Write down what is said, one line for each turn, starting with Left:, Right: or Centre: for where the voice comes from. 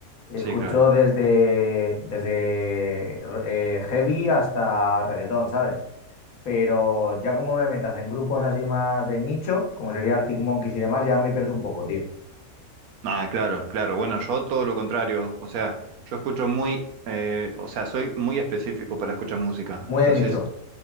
Left: Escucho
Right: Sí, claro.
Left: desde, desde eh, heavy hasta reggaetón, ¿sabes? pero ya como me metas en grupos así más de nicho, como sería Arctic Monkeys y demás, ya me pierdo un poco, tío.
Right: Ah, claro, claro. Bueno, yo todo lo contrario. O sea, yo escucho muy, eh, o sea, soy muy específico para escuchar música.
Left: Muy
Right: Entonces,
Left: de nicho.